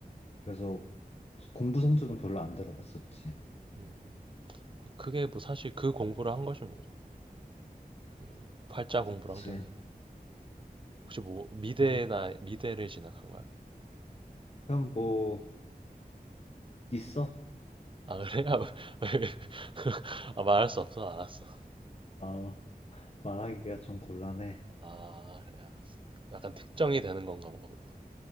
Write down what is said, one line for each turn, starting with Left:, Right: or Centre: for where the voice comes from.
Left: 그래서 공부 성적은 별로 안 들어갔었지.
Right: 음. 그게 뭐 사실 그 공부를 한 거지 뭐. 그 활자
Left: 그치.
Right: 공부를 한 게 아니라. 혹시 뭐 미대나
Left: 네.
Right: 미대를 진학한 거야?
Left: 그럼 뭐, 있어?
Right: 아 그래? 아, 왜- <laughs> 아, 말할 수 없어 알았어.
Left: 어, 말하기가 좀 곤란해.
Right: 아 그래 알았어. 약간 특정이 되는 건가 뭔가.